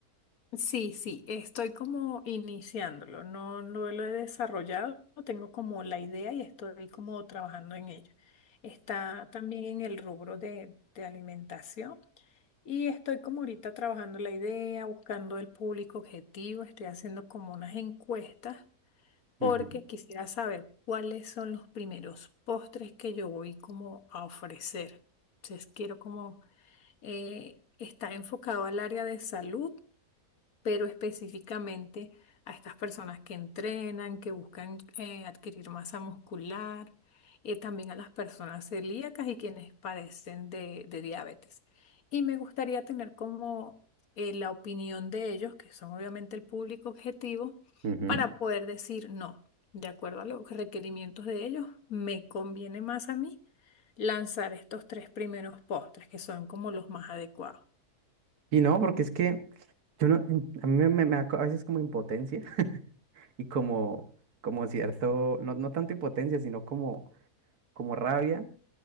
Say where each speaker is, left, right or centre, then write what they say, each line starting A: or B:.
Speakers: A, on the left; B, on the right.
A: Sí, sí, estoy como iniciándolo, no, no lo he desarrollado, tengo como la idea y estoy como trabajando en ello. Está también en el rubro de, de alimentación y estoy como ahorita trabajando la idea, buscando el público objetivo, estoy haciendo como unas encuestas porque
B: Ujú, ujú,
A: quisiera saber cuáles son los primeros postres que yo voy como a ofrecer. Entonces quiero como, eh, está enfocado al área de salud pero específicamente a estas personas que entrenan, que buscan eh, adquirir masa muscular, eh, también a las personas celíacas y quienes padecen de, de diabetes. Y me gustaría tener como eh, la opinión de ellos, que son obviamente el público objetivo,
B: ujú.
A: para poder decir no. De acuerdo a los requerimientos de ellos, me conviene más a mí lanzar estos tres primeros postres, que son como los más adecuados.
B: Y no, porque es que yo no, a mí me, me- me da co- a veces como impotencia <laughs> y como, como cierto, no, no tanto impotencia, sino como, como rabia